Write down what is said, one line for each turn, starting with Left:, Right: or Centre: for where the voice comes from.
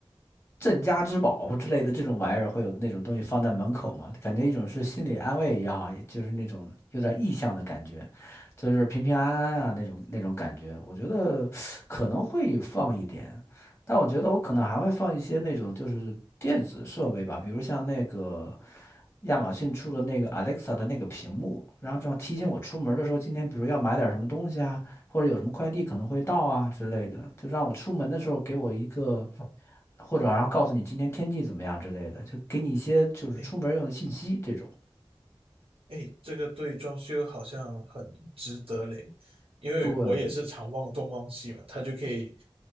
Left: 镇家之宝或之类的这种玩意儿，会有那种东西放在门口吗？感觉一种是心理安慰也好，也就是那种有点意向的感觉，就是平平安安啊那种那种感觉。
Right: 嗯
Left: 我觉得可能会放一点，但我觉得我可能还会放一些那种就是电子设备吧，比如像那个亚马逊出的那个 Alexa 的那个屏幕，然后这样提醒我出门的时候，
Right: 嗯，
Left: 今天比如要买点什么东西啊，或者有什么快递可能会到啊之类的，就让我出门的时候给我一个。或者好像告诉你今天天气怎么样之类的，就给你一些就是出门用的信息这种。
Right: 诶哎，这个对装修好像很值得嘞，因为我也是常忘东忘西嘛，
Left: 对，
Right: 他就可以